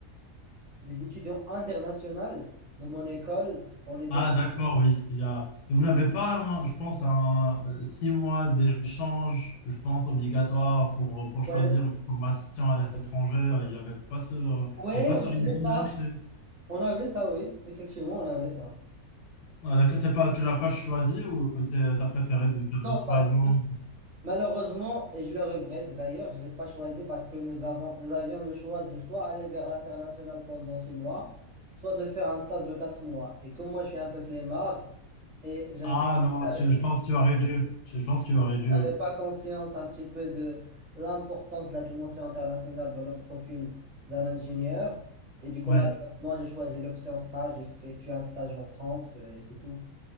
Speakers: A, on the right; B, on the left.
A: des étudiants internationaux dans mon école, on était
B: Ah, d'accord, oui. Il y a... Vous n'avez pas, hein, je pense, un euh, six mois d'échange, je pense, obligatoire pour, euh, pour choisir
A: Ouais,
B: une formation à l'étranger. Il n'y avait pas ce, euh,
A: Oui,
B: il y avait pas
A: on
B: ce
A: avait
B: régime-là
A: ça.
B: chez-
A: On avait ça, oui. Effectivement, on avait ça.
B: Ah, d'accord, t'es pas, tu l'as pas choisi ou tu as préféré de faire
A: Non,
B: les trois
A: parce
B: ans?
A: que malheureusement, et je le regrette d'ailleurs, je ne l'ai pas choisi parce que nous avons, nous avions le choix de soit aller vers l'international pendant six mois, soit de faire un stage de quatre mois. Et comme moi, je suis un peu flemmard et j'étais-
B: Ah non,
A: j'avais
B: tu- je pense que tu aurais dû. Je pense que tu aurais dû.
A: j'avais pas conscience un petit peu de l'importance de la dimension internationale dans le profil d'un ingénieur. Et du coup,
B: Ouais.
A: malheureusement, j'ai choisi l'option stage, j'ai effectué un stage en France et c'est tout.